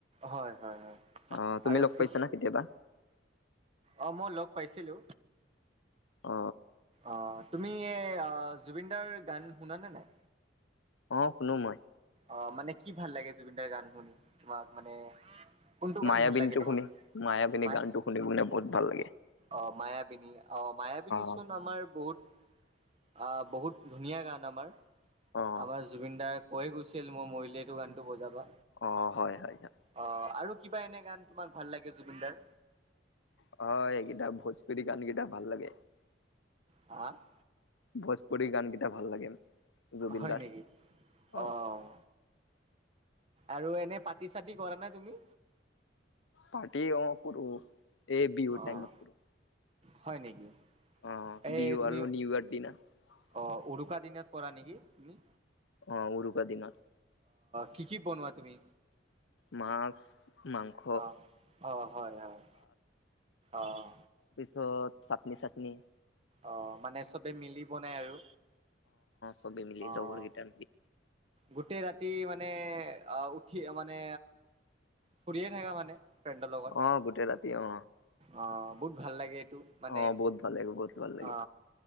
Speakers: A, on the right; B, on the left.
A: হয়, হয়, হয়
B: অ' তুমি
A: আৰু
B: লগ
A: তো
B: পাইছা না কেতিয়াবা?
A: অ' মই লগ পাইছিলো
B: অ
A: অ' তুমি জুবিনদাৰ গান শুনানে নাই?
B: অ' শুনো মই।
A: অ' মানে কি ভাল লাগে জুবিনদাৰ গান শুনি তোমাক মানে কোনটো গান
B: মায়াবিনীটো
A: ভাল লাগে তোমাক?
B: শুনি মায়াবিনী
A: মা
B: গানটো শুনি শুনে বহুত ভাল লাগে।
A: অ', মায়াবিনী অ' মায়াবিনী
B: অ
A: চোন আমাৰ বহুত আ বহুত ধুনীয়া গান আমাৰ
B: অ',
A: আমাৰ জুবিন দাৰ কৈয়ে গৈছে ষ্টীল মই মৰিলে এইটো গানটো বজাবা
B: অ' হয় হয় হয়।
A: অ' আৰু কিবা এনে গান তোমাক ভাল লাগে জুবিনদাৰ?
B: !!!!!!!! <inaudible>
A: হ <inaudible>
B: ভোজপুৰৰি গানকেইটা ভাল লাগে জুবিন
A: হয়
B: দাৰ
A: নেকি
B: অ',
A: অঁ আৰু এনে পাতি চাতি কৰা নাই তুমি
B: পাৰ্টি অ কৰো এই বিহু
A: অ'
B: টাইমত কৰো
A: হয় নেকি
B: <unintelligible>
A: এই তুমি অ উৰুকা দিনত কৰা নেকি তুমি
B: অ উৰুকা দিনত
A: কি কি বনোৱা তুমি
B: মাছ মাংস,
A: অহ অহ হয় হয় অহ
B: চ চাটনি চাটনি
A: অ মানে চবে মিলি বনাই আৰু
B: স মিলি
A: অ'
B: লগৰ গেইমিলি
A: গোটেই ৰাতি মানে আহ উঠি মানে ফুৰিয়ে থাককা মানে ফ্ৰেণ্ডৰ লগত
B: অহ গোটেই ৰাতি অ
A: অ বহুত ভাল লাগে এইটো মানে
B: অ', বহুত ভাল লাগে বহুত ভাল লাগে।
A: অ